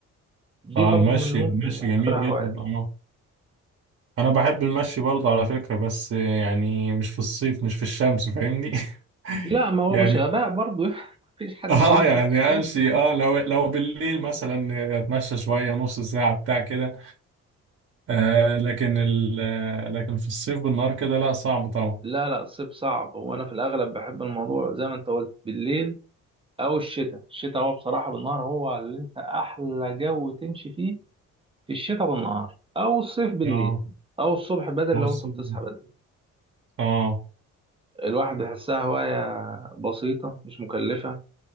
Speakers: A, on the right (about 20°); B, on the right (about 50°).
A: دي
B: اه
A: برضو
B: المشي
A: من اللي ممكن
B: المشي
A: اعتبرها
B: جميل جدا
A: هوايه
B: اه انا بحب المشي برضه على فكرة بس يعني مش في الصيف مش في الشمس فاهمني <laughs>
A: لا ما هو
B: يعني
A: مش غباء برضو <laughs> مفيش حد
B: اه
A: بيمشي
B: يعني
A: في الشمس
B: امشي اه لو لو بالليل مثلا اتمشى شوية نص ساعة بتاع كده آه لكن ال آه، لكن في الصيف بالنهار كده لا صعب طبعا
A: لا لا الصيف صعب وانا في الاغلب بحب الموضوع زي ما انت قلت بالليل او الشتاء الشتاء هو بصراحه بالنهار هو اللي انت احلى جو تمشي فيه في الشتاء بالنهار او الصيف بالليل
B: اه
A: او الصبح بدري
B: هو
A: لو
B: الصيف
A: انت بتصحى بدري
B: اه
A: الواحد يحسها هواية بسيطة مش مكلفة